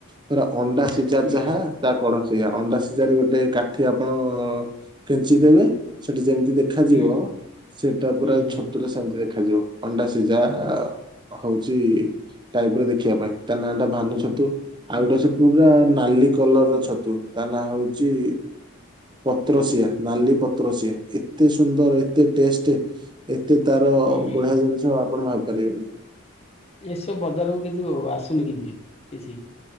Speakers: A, on the right; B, on the left.
A: ପୁରା ଅଣ୍ଡା ସିଝା
B: ହୁଁ
A: ଯାହା ତା କଢ ସେୟା ଅଣ୍ଡା ସିଝାରେ ଗୋଟେ କାଠି ଆପଣ କେଞ୍ଚି ଦେବେ ସେଠି ଯେମିତି ଦେ ଖାଯିବ
B: ହୁଁ
A: ସେଟା ପୁରା
B: ହୁଁ ହୁଁ
A: ଛତୁରେ ସେ ସେମିତି ଦେଖାଯିବ ଅଣ୍ଡା ସିଝା ହଉଛି ଟାଇପ ର ଦେଖିବା ପାଇଁ। ତା ନାଁ ଟା ଭାନୁ ଛତୁ
B: ହୁଁ
A: ଆଉ ଗୋଟେ ସେ ପୁରା ନାଲି କଲର ଛତୁ ତା ନାଁ ହଉଚି ପତ୍ର ସିଆ ନାଲି ପତ୍ର ସିଆ ଏତେ ସୁନ୍ଦର ଏତେ ଟେଷ୍ଟ। ଏତେ ତାର
B: ହୁଁ।
A: ବଢ଼ିଆ ଜିନିଷ ଆପଣ ଭାବି ପାରିବେ ନେଇଁ।
B: ଏସବୁ ବଜାରକୁ କିଛି ଆସୁନି କିମିତି କିଛି।